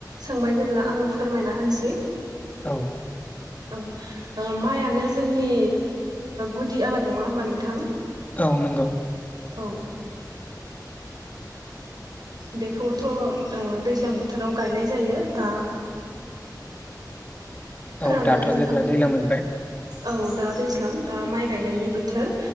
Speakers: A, on the right; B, on the left.
A: सोंबाय जेब्ला आङो फोरमायना होनोसै।
B: औ
A: औ। ओ माइआानो जोंनि गुदि आबाद नङा होमबा नोंथां?
B: औ नंगौ।
A: औ बेखौथ' ओ दैज्लां बोथोराव गायनाय जायो दा।
B: औ
A: खोनादो
B: दाथ'
A: ना नोंथां
B: जेब्ला दैलां मोनबाय
A: औ दा दैज्लां दा माइ गायनायनि बोथोर।